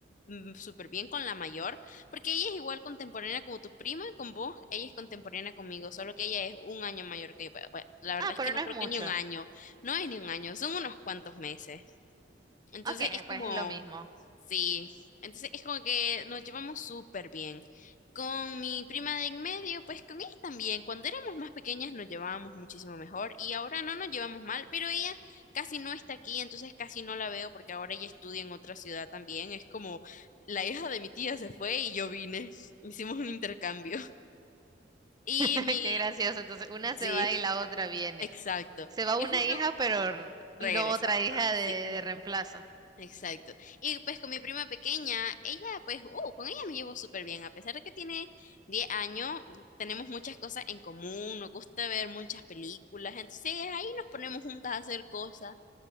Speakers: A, on the left (about 45°); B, on the right (about 25°).
A: mm, súper bien con la mayor, porque ella es igual contemporánea como tu prima, con vos, ella es contemporánea conmigo, solo que ella es un año mayor que yo. pero, bueno, la verdad
B: Ah,
A: es
B: pero
A: que no
B: no
A: creo
B: es mucho.
A: que ni un año, no es ni un año, son unos cuantos meses. Entonces
B: Ok,
A: es como,
B: pues es lo mismo.
A: sí, entonces es como que nos llevamos súper bien. Con mi prima de en medio, pues con ella también. Cuando éramos más pequeñas nos llevábamos muchísimo mejor y ahora no nos llevamos mal, pero ella casi no está aquí, entonces casi no la veo porque ahora ella estudia en otra ciudad también. Es como la hija de mi tía se fue y yo vine. <laughs> Hicimos un intercambio. Y
B: <laughs>
A: mi...
B: Qué gracioso. Entonces una
A: Sí,
B: se va y la otra viene.
A: exacto.
B: Se va
A: Y
B: una
A: justo
B: hija, pero vino
A: regresa
B: otra
A: ahora,
B: hija de, de
A: sí.
B: reemplazo.
A: Exacto. Y pues con mi prima pequeña, ella pues, uh, con ella me llevo súper bien. A pesar de que tiene 10 años, tenemos muchas cosas en común, nos gusta ver muchas películas, entonces ahí nos ponemos juntas a hacer cosas.